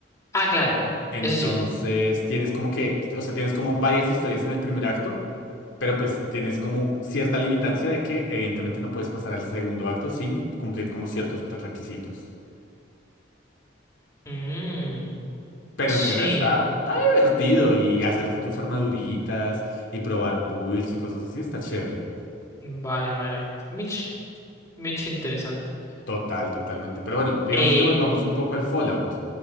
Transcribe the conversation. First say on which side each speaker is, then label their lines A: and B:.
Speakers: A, on the left; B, on the left.
A: Ah, claro,
B: Entonces,
A: eso sí.
B: tienes como que, o sea, tienes como varias historias en el primer acto. Pero pues tienes como cierta limitancia de que evidentemente no puedes pasar al segundo acto sin cumplir como ciertos prerequisitos.
A: Mm,
B: Pero
A: sí,
B: en general está, está divertido y hacerte tus armaduritas y probar builds y cosas así está chévere.
A: vale, vale. Mitch, Mitch, interesante.
B: Total, totalmente. Pero bueno, digamos
A: Eh,
B: que volvamos un poco al Fallout.